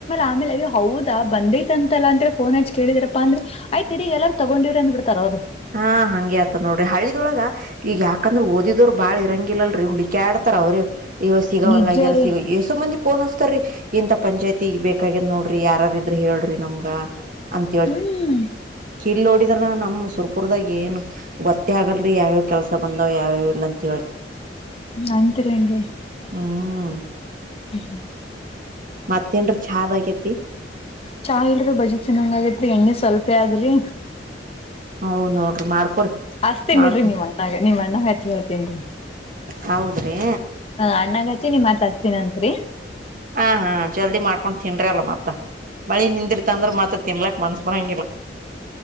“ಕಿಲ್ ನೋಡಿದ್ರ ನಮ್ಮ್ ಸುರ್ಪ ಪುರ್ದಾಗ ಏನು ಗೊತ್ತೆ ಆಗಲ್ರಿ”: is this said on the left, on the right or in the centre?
Right